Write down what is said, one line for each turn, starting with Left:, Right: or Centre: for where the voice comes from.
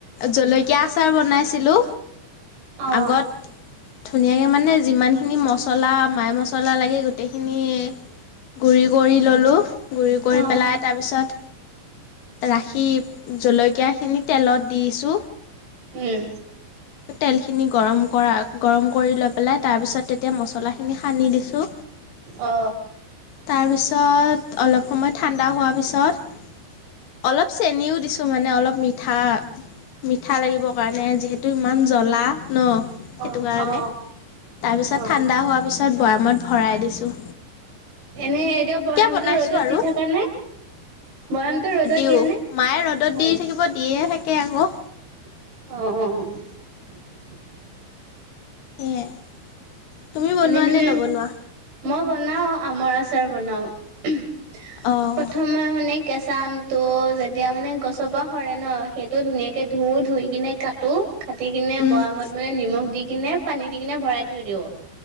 Left: জলকীয়া আচাৰ বনাইছিলো।
Right: অ অ',
Left: আগত ধুনীয়াকে মানে যিমানখিনি মছলা মাই মছলা লাগে গোটেইখিনি গুৰি কৰি ল'লো। গুৰি কৰি
Right: উম
Left: পেলাই তাৰপিছত ৰাখি জলকীয়া খিনি তেলত দিছো।
Right: উম।
Left: তেলখিনি গৰম কৰা গৰম কৰি লৈ পেলে তাৰপিছত তেতিয়া মছলাখিনি সানি দিছো।
Right: অঁ।
Left: তাৰপিছত অলপ সময় ঠাণ্ডা হোৱাৰ পিছত অলপ চেনিও দিছো। টো মানে অলপ মিঠা মিঠা লাগিব কাৰণে যিহেতু ইমান জ্বলা ন সেইটো
Right: অ
Left: কাৰণে
Right: অ
Left: তাৰপিছত
Right: অ
Left: ঠাণ্ডা হোৱা পিছত বয়ামত ভৰাই দিছো।
Right: এনেই এতিয়াও বৈয়ামতটো
Left: বনাইছো
Right: ৰ'দত
Left: আৰু
Right: দি থকা নে বৈয়ামটো ৰ'দত
Left: তু
Right: দিয়া নে?
Left: মায়ে ৰ'দত
Right: অ
Left: দি থাকিব দিয়ে। তেতিয়াহে থাকে আকৌ।
Right: অঁ।
Left: মেই য়া। তুমি বনোৱা
Right: এনে তুমি
Left: নে নবনোৱা?
Right: মই বনাও আমৰ আচাৰ বনাও। প্ৰথমবাৰ
Left: অ'
Right: মানে কেঁচা আমটো যেতিয়া মানে গছৰ পৰা সৰে ন সেইটো ধুনীয়াকে ধুও ধুই কিনে কাটো কাটি কিনে
Left: উম
Right: বৰামত মানে নিমখ দি কিনে পানী দি কিনে ভৰাই থৈ দিওঁ